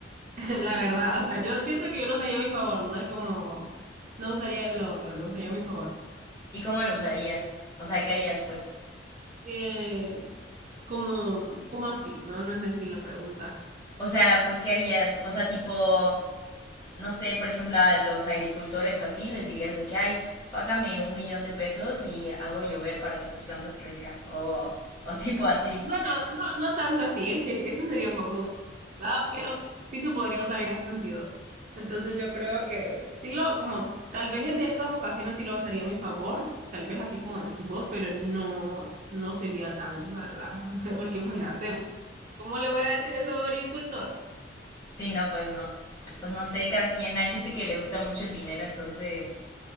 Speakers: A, on the right (about 45°); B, on the left (about 15°).
A: <laughs>
B: ¿Sí?
A: La verdad, o sea, yo siento que yo lo usaría a mi favor, no es como... No usaría lo otro, lo usaría a mi favor.
B: ¿Y cómo lo usarías? O sea, ¿qué harías, pues?
A: Eh, ¿cómo, cómo así? No, no entendí la pregunta.
B: O sea, pues, ¿qué harías? O sea, tipo, no sé, por ejemplo, a los agricultores o así, les dirías de que, ay, págame un millón de pesos y hago llover para que tus plantas crezcan. O, o tipo así.
A: Bueno, no, no tanto así, es que eso sería un poco, grave, ¿verdad? Pero sí se podría usar en esos sentidos. Entonces yo creo que sí lo, como tal vez en ciertas ocasiones sí lo usaría a mi favor, tal vez así como decís vos, pero no, no sería tan mala, <laughs> porque imagínate, ¿cómo le voy a decir eso a un agricultor?
B: Sí, no, pues no. Pues no sé, cada
A: Bueno,
B: quien, hay gente que le gusta mucho el dinero, entonces,